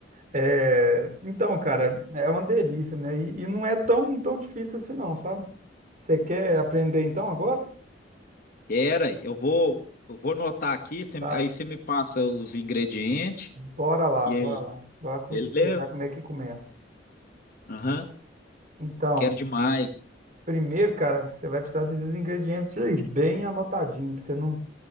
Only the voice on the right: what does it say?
É, então, cara, é uma delícia, né? E, e não é tão, tão difícil assim, não, sabe? Você quer aprender então agora?
Tá,
bora lá,
bora
lá. Bora que eu vou
te explicar como é que começa.
Então,
primeiro, cara, você vai precisar desses ingredientes aí, bem anotadinho, pra você não